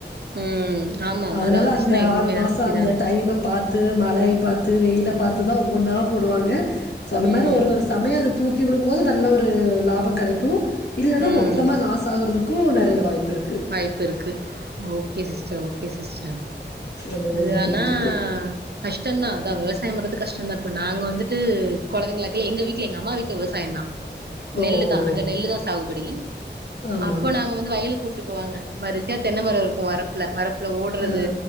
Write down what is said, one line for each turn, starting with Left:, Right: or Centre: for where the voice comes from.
Right: ம் ஆமா
Left: அதுனால
Right: மழ வந்துச்சுன்னா
Left: அந்த
Right: எதுவுமே
Left: ஆறு மாச
Right: நாஸ்தி
Left: அந்த
Right: தானே
Left: டைம பாத்து மழைய பாத்து வெயில பாத்துதா ஒவ்வொன்னா போடுவாங்க சொன்ன
Right: ம்
Left: மாரி ஒரு ஒரு சமயோ அது தூக்கி விடும்போது நல்ல ஒரு லாபோ கெடைக்கு இல்லனா
Right: ம்
Left: மொத்தமா லாஸ் ஆகறதுக்கு நெறைய வாய்ப்பிருக்கு
Right: வாய்ப்பிருக்கு ஓகே சிஸ்டர் ஓகே சிஸ்டர்
Left: அந்த மாரி
Right: அது
Left: தான்
Right: ஆனா
Left: போயிட்டுருக்கு.
Right: கஷ்டந்தா அதா விவசாயம் பண்றது கஷ்டந்தா இப்போ நாங்க வந்துட்டு கொழந்தைங்களா இர்க்கைல எங்க வீட்ல எங்க அம்மா வீட்ல விவசாயந்தா
Left: ஓ!
Right: நெல்லு
Left: ஓ!
Right: தா அங்க
Left: ஓ!
Right: நெல்லு தா சாகுபடி
Left: ஆமா.
Right: அப்போ நாங்க வந்து வயலுக் கூட்டு போவாங்க வருசையா தென்ன மரோ இருக்கு வரப்புல வரப்புல ஓட்றது
Left: அ.